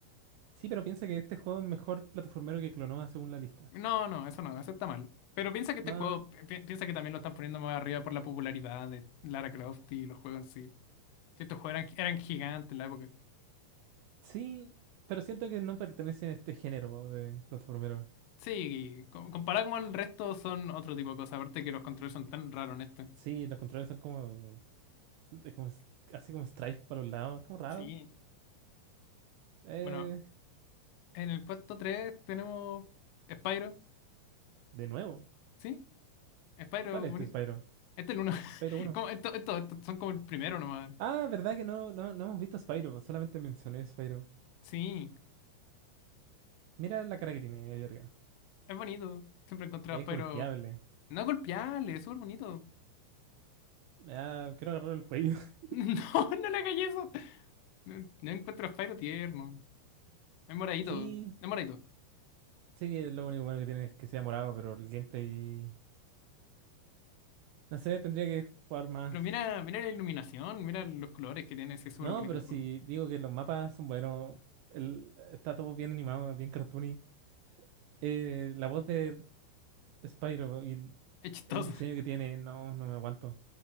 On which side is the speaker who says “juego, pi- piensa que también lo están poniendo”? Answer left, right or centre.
Left